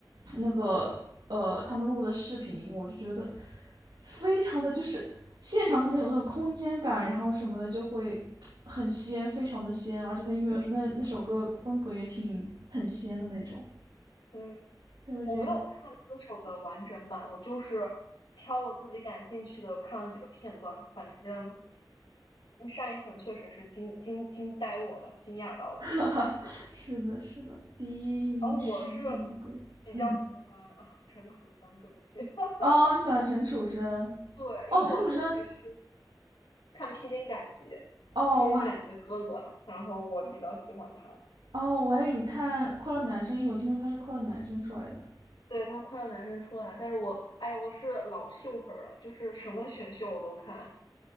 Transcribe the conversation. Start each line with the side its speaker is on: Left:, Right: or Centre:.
Right: 那个呃他们录的视频，我就觉得非常的就是现场可能有那种空间感，然后什么的就会很仙，非常的仙，而且他音乐那那首歌风格也挺很仙的那种。
Left: 对。
Right: 对，我觉得
Left: 我没有看歌手的完整版，我就是挑我自己感兴趣的看了几个片段。反正单依纯确实是惊惊惊呆我了，惊讶到了。
Right: <laughs> 是的，是的，第一名是乌龟。
Left: 然后我是比较喜欢啊陈楚生，
Right: 嗯，
Left: 对不起，<laughs>
Right: 哦，你喜欢陈楚生？
Left: 对，
Right: 哦，
Left: 因为我之前是
Right: 陈楚生，
Left: 看《披荆斩棘》，
Right: 哦，
Left: 《披荆斩棘》的哥哥，
Right: 我还，
Left: 然后我比较喜欢他。
Right: 哦，我还以为你看《快乐男生》，因为我听说他是快乐男生出来的。<laughs>
Left: 对他快乐男生出来，但是我，哎呀，我是老秀粉儿了，就是什么选秀我都看。